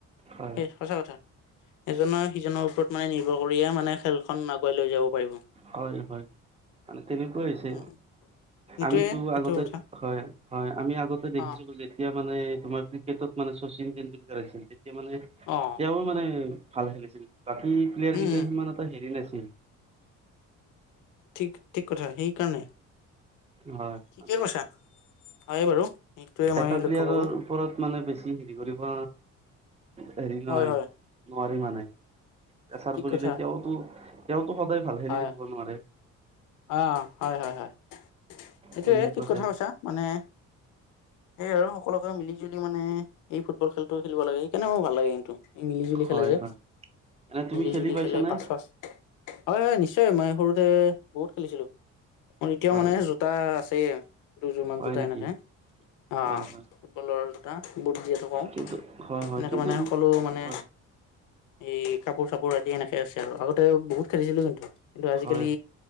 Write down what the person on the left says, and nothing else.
সে সঁচা কথা এজনৰ সিজনৰ ওপৰত মানে নিৰ্ভৰ কৰিয়ে মানে খেলখন আগুৱাই লৈ যাব পাৰিব
উম সেইটোয়ে
সেইটো
কথা
অ
অ'।
উম
ঠিক, ঠিক কথা সেইকাৰণে
ঠিকে
কৈছা, হয় বাৰু। সেইটোয়ে মই
লক্ষ্য
কৰো
হয়
হয়
ঠিক
কথা
হয়
অ' হয়, হয়, হয়। এইটোৱে
ঠিক কথা
কৈছা। মানে এই আৰু সকলোকে মিলি জুলি মানে এই ফুটবল খেলটো খেলিব লাগে। সেইকাৰণে মোৰ ভাল লাগে গেমটো। এই মিলি জুলি
খেলে যে।
মিলি
জুলি
খেলে পাচ পাচ হয় হয় নিশ্চয় মই সৰুতে বহুত খেলিছিলো। মোৰ এতিয়াও
মানে জো তা আছেই দুযোৰ মান
জোতা
এনেকে। অ'
ফুটবলৰ জোতা বুট যিহেতু কওঁ।
এনেকে
মানে সকলো মানে,
এই কাপোৰ চাপোৰ আদি এনেকে আছে আৰু। আগতে বহুত খেলিছিলো কিন্তু। কিন্তু আজিকালি